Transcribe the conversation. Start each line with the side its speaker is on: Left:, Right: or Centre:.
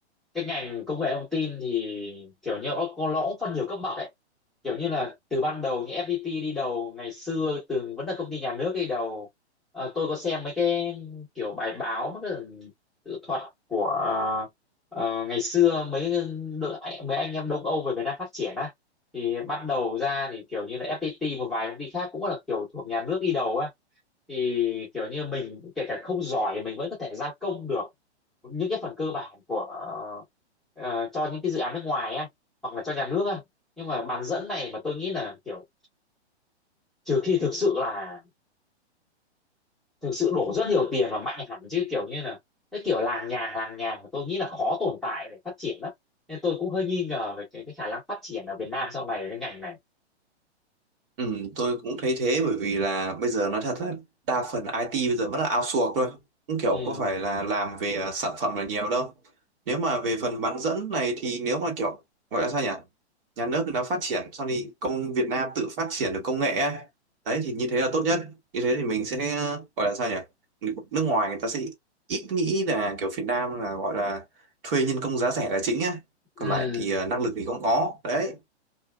Centre: cái ngành công nghệ thông tin thì kiểu như nó, nó cũng phân nhiều cấp bậc ấy kiểu như là từ ban đầu như FPT đi đầu ngày xưa từng vẫn là công ty nhà nước đi đầu Ờ, tôi có xem mấy cái kiểu bài báo mấy cái tự thuật của ờ, ngày xưa mấy cái đội mấy anh em Đông Âu về Việt Nam phát triển á thì bắt đầu ra thì kiểu như là FPT một vài công ty khác cũng là kiểu thuộc nhà nước đi đầu á thì kiểu như mình kể cả không giỏi mình vẫn có thể gia công được những cái phần cơ bản của ờ, cho những cái dự án nước ngoài á hoặc là cho nhà nước á nhưng mà bán dẫn này mà tôi nghĩ là kiểu trừ khi thực sự là thực sự đổ rất nhiều tiền và mạnh hẳn chứ kiểu như là cái kiểu làng nhàng làng nhàng mà tôi nghĩ là khó tồn tại để phát triển lắm nên tôi cũng hơi nghi ngờ về cái, cái khả năng phát triển ở Việt Nam sau này cái ngành này
Right: Ừ, tôi cũng thấy thế bởi vì là bây giờ nói thật là đa phần IT bây giờ vẫn là outsource thôi cũng kiểu
Centre: ừ
Right: có phải là làm về à, sản phẩm là nhiều đâu nếu mà về phần bán dẫn này thì nếu mà kiểu gọi là sao nhỉ nhà nước đã phát triển sau thì công Việt Nam tự phát triển được công nghệ ấy. đấy thì như thế là tốt nhất như thế thì mình sẽ ờ, gọi là sao nhỉ Người- nước ngoài người ta sẽ ít nghĩ là kiểu Việt Nam là gọi là thuê nhân công giá rẻ là chính á còn
Centre: ừ
Right: lại thì à, năng lực thì không có đấy